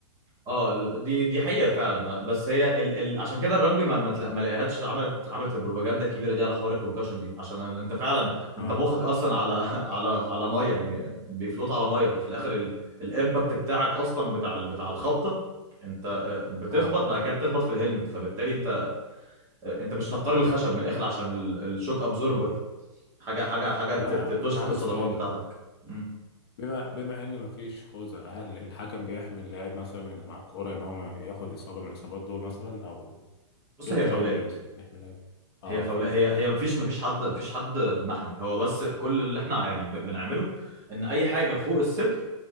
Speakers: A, on the right (about 15°); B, on the left (about 50°).
A: اه ال- دي دي حقيقه فعلا آه، بس هي ال... ال... عشان كده الرجبي ما ما تلا- ما لقيهاش عملت عملت البروباجندا الكبيره دي على حوار الكونكشن دي عشان انت فعلا انت
B: اه
A: مخك اصلا على <laughs> على على ميه يعني بيفلوت على ميه في الاخر ال... الامباكت بتاعك اصلا بتاع ال- بتاع الخبطه انت آه، بتخبط
B: اه
A: بعد كده بتخبط في الهلمت فبالتالي انت آه، انت مش نقار الخشب من الاخر عشان ال- الشوك ابزوربر حاجه حاجه حاجه ت-
B: طب انا
A: ت- تشفط
B: انا عندي
A: الصدمات
B: سؤال
A: بتاعتك مم.
B: بما بما ان مفيش خوذه هل الحكم بيحمي اللاعب مثلا اللي معاه الكوره ان هو ما ياخد اصابه من الاصابات دول مثلا او
A: بص
B: ايه
A: هي
B: الطريقه
A: فاولات
B: اللي اللي بيحمي اللاعب فيها؟ اه
A: هي فولا
B: فاولات
A: هي هي مفيش مفيش حد مفيش حد محمي هو بس كل اللي احنا يعني ب- بنعمله ان اي حاجه فوق الصدر